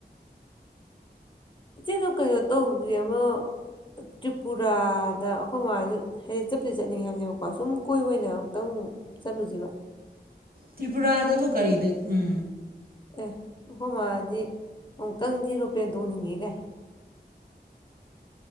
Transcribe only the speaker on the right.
ꯇ꯭ꯔꯤꯄꯨꯔꯥꯗꯕꯨ ꯀꯔꯤꯗ ꯎꯝ